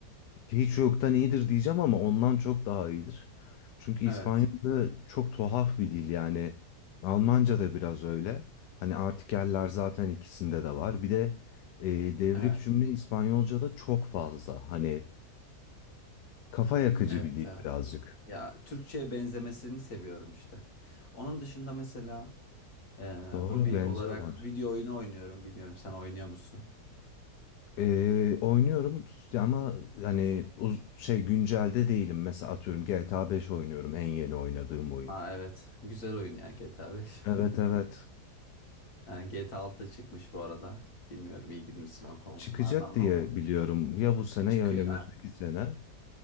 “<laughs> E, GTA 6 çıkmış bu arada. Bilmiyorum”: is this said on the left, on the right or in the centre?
Left